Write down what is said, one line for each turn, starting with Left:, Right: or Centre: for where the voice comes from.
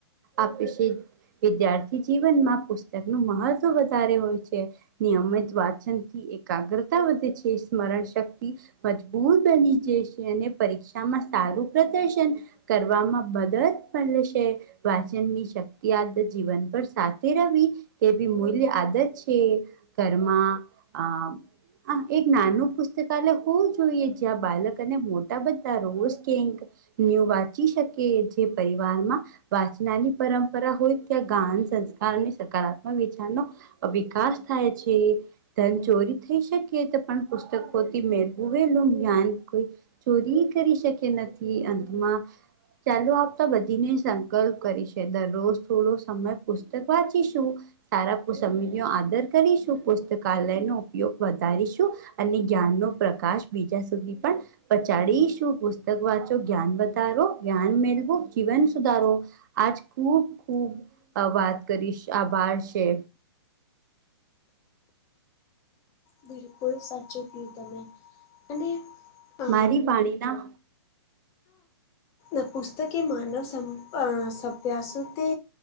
Right: આપે છે. વિદ્યાર્થી જીવનમાં પુસ્તકનું મહત્વ વધારે હોય છે નિયમિત વાચનથી એકાગ્રતા વધે છે. સ્મરણ શક્તિ મજબૂત બની જશે અને પરીક્ષામાં સારું પ્રદર્શન કરવામાં મદદ મલે સે. વાચનની શક્તિ આદત જીવન પર સાથે રવી તેવી મૂલ્ય આદત કે કરમાં અ આ એક નાનું પુસ્તકાલય હોવું જોઈએ જ્યાં બાલક અને મોટા બધા રોઝ કેક એવું વાંચી શકે જે પરિવારમાં વાચનાની પરંપરા હોય ત્યાં ગાન સંસ્કાર અને સકારાત્મક વિચારનો વિકાસ થાય છે. ધન ચોરી થઈ શકે તો પણ પુસ્તકોથી મેવેલું જ્ઞાન ચોરી કરી શકે નથી અંતમાં ચાલો આપતા બધીને સંકલ્પ કરી છે દરરોજ થોડો સમય પુસ્તક વાંચીશું. સારા પુસ સમ આદર કરીશું પુસ્તકાલયનો ઉપયોગ વધારીશું અને જ્ઞાનનો પ્રકાશ બીજા સુધી પણ પછાડીશું પુસ્તક વાંચો જ્ઞાન વધારો જ્ઞાન મેળવું જીવન સુધારો. આજ ખુબ ખુબ અહ વાત કરીશ આભાર છે.
Left: બિલકુલ સાચું કયું તમે અને અ
Right: મારી પાણીના
Left: એ પુસ્તકેે માનવ સં અહ સભ્યાસ તે